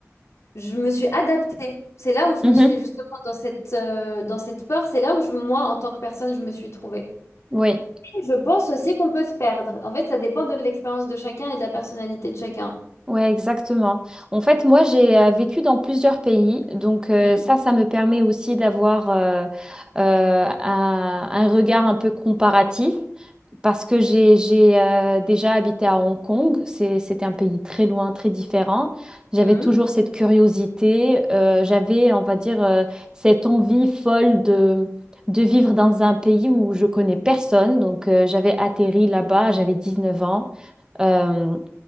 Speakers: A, on the left; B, on the right.
A: je me suis adaptée. C'est là où je
B: Mhm.
A: me suis justement dans cette, euh, dans cette peur, c'est là où je, moi, en tant que personne, je me suis trouvée.
B: Oui.
A: Je pense aussi qu'on peut se perdre. En fait, ça dépend de l'expérience de chacun et de la personnalité de chacun.
B: Ouais, exactement. En fait, moi, j'ai euh, vécu dans plusieurs pays, donc euh,
A: Mhm.
B: ça, ça me permet aussi d'avoir euh, euh, un, un regard un peu comparatif, parce que j'ai j'ai euh, déjà habité à Hong Kong. C'est, c'était un pays très loin, très différent. J'avais
A: Mhm.
B: toujours cette curiosité, euh, j'avais, on va dire, euh, cette envie folle de de vivre dans un pays où je connais personne. Donc, euh, j'avais atterri là-bas, j'avais 19 ans. euh,